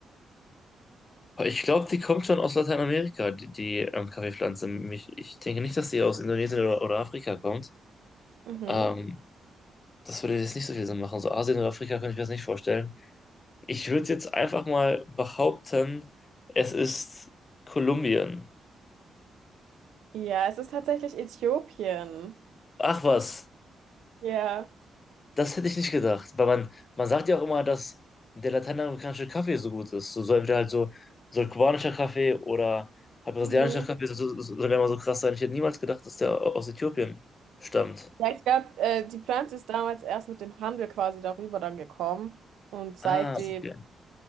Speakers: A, on the left (about 35°); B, on the right (about 85°).
A: Aber Ich glaube, die kommt schon aus Lateinamerika, die, die ähm, Kaffeepflanze. Mich, ich denke nicht, dass die aus Indonesien oder, oder Afrika kommt.
B: Mhm.
A: Ähm, das würde jetzt nicht so viel Sinn machen. So Asien oder Afrika könnte ich mir das nicht vorstellen. Ich würde jetzt einfach mal behaupten, es ist Kolumbien.
B: Ja, es ist tatsächlich Äthiopien.
A: Ach was,
B: Ja.
A: das hätte ich nicht gedacht. Weil man, man sagt ja auch immer, dass der lateinamerikanische Kaffee so gut ist. So, so entweder halt so, so kubanischer Kaffee oder halt brasilianischer
B: Mhm.
A: Kaffee so, so, so- soll ja immer so krass sein. Ich hätte niemals gedacht, dass der au- aus Äthiopien stammt.
B: Ja, ich glaube, äh, die Pflanze ist damals erst mit dem Handel quasi darüber dann gekommen. Und seitdem
A: Ah, okay.